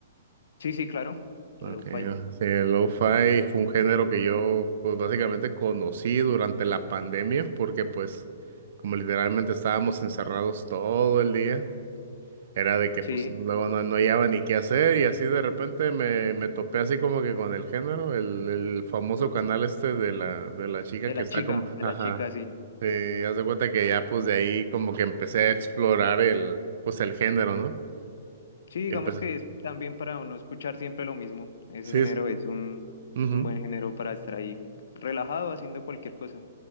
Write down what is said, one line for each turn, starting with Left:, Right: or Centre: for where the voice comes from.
Left: Sí, sí, claro, el
Right: Okay.
Left: lo-fi.
Right: Sí, el lo-fi fue un género que yo, pues básicamente conocí durante la pandemia, porque pues, como literalmente estábamos encerrados todo el día, era de que
Left: Sí,
Right: pues luego no, no hallaba ni qué hacer y así de repente me, me topé así como que con el género, el, el famoso canal este de la, de la chica
Left: de
Right: que
Left: la
Right: está
Left: chica,
Right: como,
Left: de
Right: ajá.
Left: la chica, sí.
Right: Sí, haz de cuenta que ya pues de ahí como que empecé a explorar el, pues el género, ¿no?
Left: Sí, digamos
Right: Empecé.
Left: que es también para no escuchar siempre lo mismo. Ese
Right: Sí,
Left: género
Right: sí,
Left: es un,
Right: ujú,
Left: un buen género para estar ahí relajado haciendo cualquier cosa.